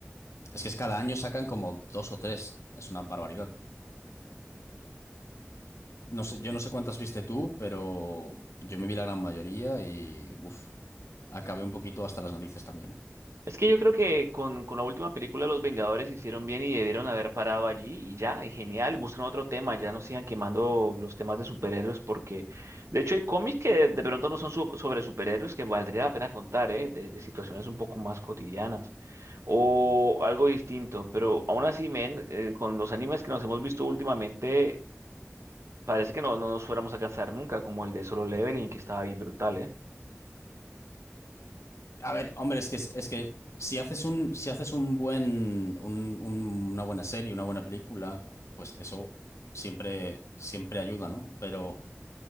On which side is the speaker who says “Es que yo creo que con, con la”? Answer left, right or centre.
Right